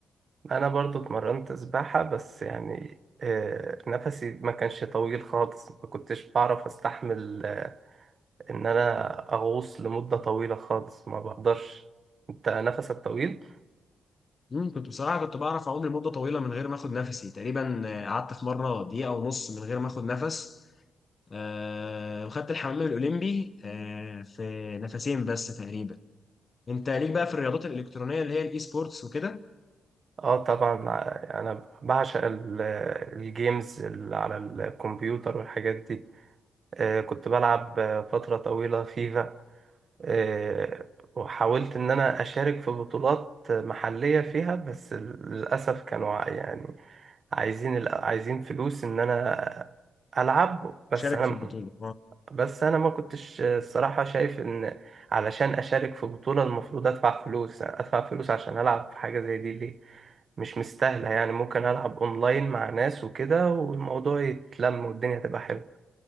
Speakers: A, on the right (about 45°); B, on the left (about 35°).
A: انا برضو اتمرنت سباحة بس يعني آه، نفسي ما كانش طويل خالص ما كنتش بعرف استحمل ان انا اغوص لمدة طويلة خالص ما بقدرش انت نفسك طويل
B: مم، كنت بصراحة كنت بعرف أعوم لمدة طويلة من غير ما آخد نفسي تقريبا آه، قعدت في مرة دقيقة ونص من غير ما آخد نفس آه، وخدت الحمام الأولمبي آه، في نفسين بس تقريبا أنت ليك بقى في الرياضات الإلكترونية اللي هي الإي سبورتس وكده
A: اه طبعا ع- انا بعشق ال- الجيمز اللي على الكمبيوتر والحاجات دي آه، كنت بلعب آه، فترة طويلة فيفا آه، وحاولت ان انا اشارك في بطولات محلية فيها بس للاسف كانوا ع- يعني عايزين ال- عايزين فلوس ان انا العب بس
B: شارك
A: انا
B: في البطولة
A: بس انا ما كنتش الصراحه شايف ان علشان اشارك في بطوله المفروض ادفع فلوس ادفع فلوس عشان العب في حاجه زي دي ليه مش مستاهله يعني ممكن العب اونلاين مع ناس وكده والموضوع يتلم والدنيا تبقى حلوه